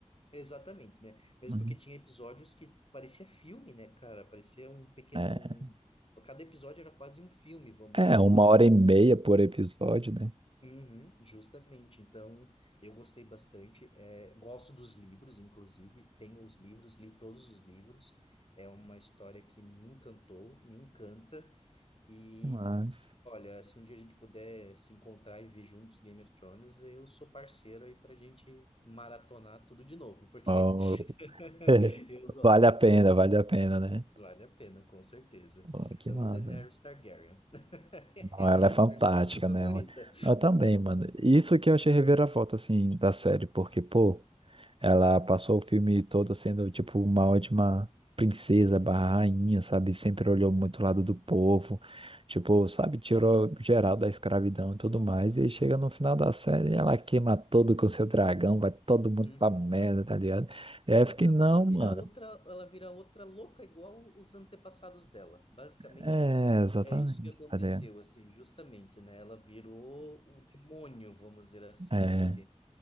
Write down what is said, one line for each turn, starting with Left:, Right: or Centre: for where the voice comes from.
Left: Exatamente, né? Mesmo
Right: Uhum.
Left: porque tinha episódios que parecia filme, né, cara? Parecia um pequeno,
Right: É,
Left: um... Cada episódio era quase um filme, vamos
Right: é,
Left: dizer
Right: uma
Left: assim.
Right: hora e meia por episódio, né?
Left: Uhum, justamente. Então, eu gostei bastante. É, gosto dos livros, inclusive. Tenho os livros, li todos os livros. É uma história que me encantou, me encanta. E,
Right: Mas.
Left: olha, se um dia a gente puder se encontrar e ver juntos Game of Thrones, eu sou parceiro aí pra gente maratonar tudo de novo, porque
Right: ó,
Left: <laughs>
Right: <laughs>
Left: eu gosto.
Right: Vale a pena, vale a pena, né?
Left: Vale a pena, com certeza.
Right: Pô, que
Left: Amo
Right: massa.
Left: Daenerys Targaryen. <laughs>
Right: Não,
Left: É a
Right: ela
Left: minha
Right: é fantástica,
Left: personagem favorita.
Right: né? mano? Eu também, mano. Isso que eu achei reviravolta, assim, da série, porque, pô. Ela passou o filme todo sendo, tipo, uma ótima princesa barra rainha, sabe? Sempre olhou muito o lado do povo, tipo, sabe? Tirou geral da escravidão e tudo mais. E aí chega no final da série, ela queima todo com seu dragão, vai todo mundo
Left: Uhum.
Right: pra merda, tá ligado? E aí
Left: Exato,
Right: eu fiquei, não,
Left: ela vira
Right: mano.
Left: outra, ela vira outra louca igual os antepassados dela. Basicamente
Right: É, exatamente,
Left: é isso que aconteceu,
Right: tá ligado?
Left: assim, justamente, né? Ela virou o demônio, vamos dizer assim,
Right: É,
Left: ali